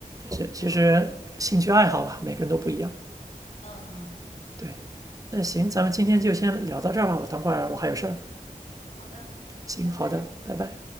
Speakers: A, on the right; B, on the left.
A: 其其实兴趣爱好吧，
B: 那我们
A: 每个人都不一样。
B: 嗯，
A: 对，那行，咱们今天就先聊到这儿吧，我等会儿我还有事儿。
B: 好的，
A: 行，
B: 拜拜。
A: 好的，拜拜。